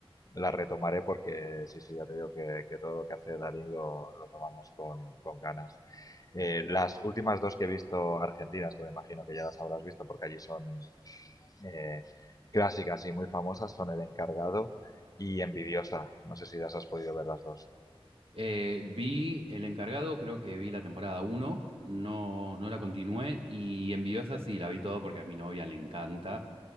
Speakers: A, on the left; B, on the right.
A: la retomaré porque sí, sí, ya te digo que, que todo lo que hace Darín lo, lo tomamos con, con ganas. Eh, las últimas dos que he visto argentinas, que me imagino que ya las habrás visto porque allí son eh, clásicas y muy famosas, son El Encargado y Envidiosa. No sé si las has podido ver las dos.
B: Eh, vi El Encargado, creo que vi la temporada uno, no, no la continué, y Envidiosa sí, la vi todo porque a mi novia le encanta,